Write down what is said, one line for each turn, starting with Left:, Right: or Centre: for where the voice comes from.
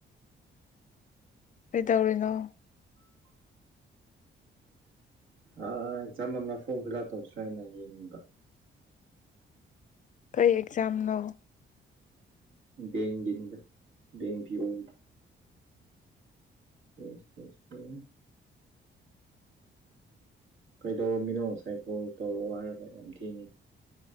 Left: ꯀꯩ ꯇꯧꯔꯤꯅꯣ
Right: ꯑꯥ ꯑꯦꯛꯖꯥꯝ ꯑꯃ ꯐꯣꯔꯝ ꯐꯤꯜ ꯑꯞ ꯇꯧꯁ꯭ꯔ ꯍꯥꯏꯅ ꯌꯦꯡꯅꯤꯡꯕ
Left: ꯀꯩ ꯑꯦꯛꯖꯝ ꯅ
Right: ꯕꯦꯡꯒꯤꯅꯤꯗ ꯕꯦꯡ ꯄ ꯑꯣꯏꯒꯤ ꯐꯦꯁ ꯐꯦꯁ ꯐꯦ ꯀꯩꯗꯧꯃꯤꯅꯣ ꯉꯁꯥꯏ ꯀꯣꯜ ꯇꯧꯔꯛꯑꯣ ꯍꯥꯏꯔꯒ ꯌꯥꯝ ꯊꯦꯡꯉꯤ